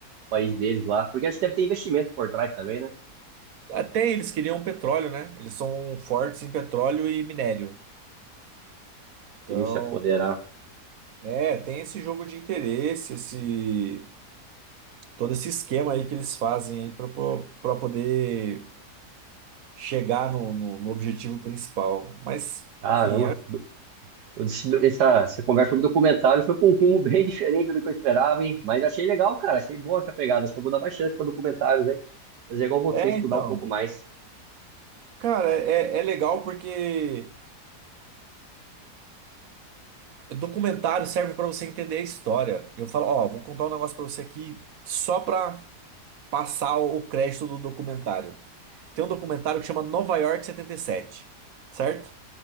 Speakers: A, on the right; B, on the right.
A: país deles lá. Porque acho que deve ter investimento por trás também, né?
B: Até eles queriam petróleo, né? Eles são fortes em petróleo e minério. Então,
A: Que eles se apoderar.
B: é, tem esse jogo de interesse, esse todo esse esquema aí que eles fazem aí para poder chegar no, no, no objetivo principal. Mas,
A: Caramba.
B: enfim, é,
A: Eu disse- Essa, essa conversa sobre documentário foi para um rumo bem diferente do que eu esperava, hein? Mas achei legal, cara. Achei boa essa pegada. Acho que eu vou dar mais chance para documentários, hein? Mas é igual você,
B: é,
A: estudar
B: então.
A: um pouco mais.
B: Cara, é, é legal porque documentário serve para você entender a história. Eu falo, ó, vou contar um negócio para você aqui só para passar o crédito do documentário. Tem um documentário que chama Nova York 77, certo?